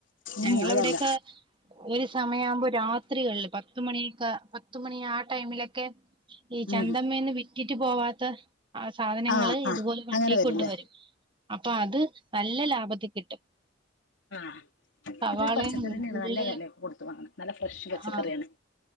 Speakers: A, on the right; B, on the left.
A: ഞങ്ങളെ
B: ഉം അതല്ല
A: ഇവിടൊക്കെ ഒരു സമയമാവുമ്പോ രാത്രികളില് പത്തുമണിക്കെ പത്തുമണി ആ ടൈമിലൊക്കെ ചന്തമേന്ന്
B: ഉം
A: വിട്ടി വിറ്റ് പോവാത്ത ആ സാധനങ്ങള്
B: ആഹ് ആഹ്
A: ഇതുപോലെ വണ്ടി
B: അങ്ങനെ വരൂല്ലേ
A: കൊണ്ടുവരും. അപ്പൊ അത് നല്ല ലാഭത്തി കിട്ടും.
B: ആഹ്!
A: സവാളയും
B: ഇത് പച്ചക്കറി തന്നെയാണ്.
A: ഉള്ളിയും
B: നല്ല വില കൊടുത്തു വാങ്ങണെ! നല്ല ഫ്രഷ് പച്ചക്കറിയാണ്.
A: ആഹ്